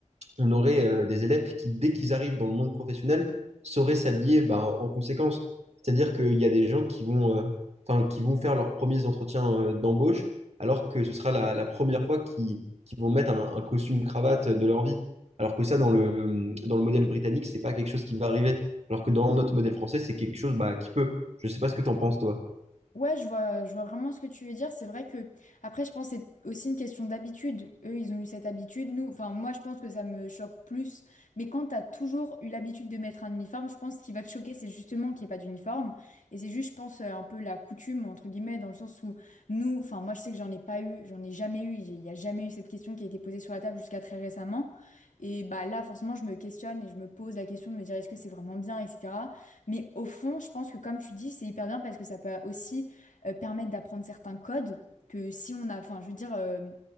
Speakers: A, on the right (about 60°); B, on the left (about 80°).
A: on aurait euh, des élèves qui, dès qu'ils arrivent dans le monde professionnel, sauraient s'habiller bah, en conséquence. C'est-à-dire qu'il y a des gens qui vont, euh, enfin, qui vont faire leurs premiers entretiens euh, d'embauche, alors que ce sera la, la première fois qu'ils qu'ils vont mettre un, un costume cravate de leur vie. Alors que ça, dans le, dans le modèle britannique, c'est pas quelque chose qui va arriver. Alors que dans notre modèle français, c'est quelque chose bah, qui peut. Je sais pas ce que tu en penses, toi.
B: Ouais, je vois, je vois vraiment ce que tu veux dire. C'est vrai que, après, je pense que c'est aussi une question d'habitude. Eux, ils ont eu cette habitude. Nous, enfin, moi, je pense que ça me choque plus. Mais quand t'as toujours eu l'habitude de mettre un uniforme, je pense qu'il va te choquer, c'est justement qu'il n'y ait pas d'uniforme. Et c'est juste, je pense, euh, un peu la coutume, entre guillemets, dans le sens où nous, enfin, moi, je sais que j'en ai pas eu, j'en ai jamais eu. Il n'y a jamais eu cette question qui a été posée sur la table jusqu'à très récemment. Et bah là, forcément, je me questionne et je me pose la question de me dire est-ce que c'est vraiment bien, etc. Mais au fond, je pense que, comme tu dis, c'est hyper bien parce que ça peut aussi euh, permettent d'apprendre certains codes que si on a, enfin, je veux dire, euh,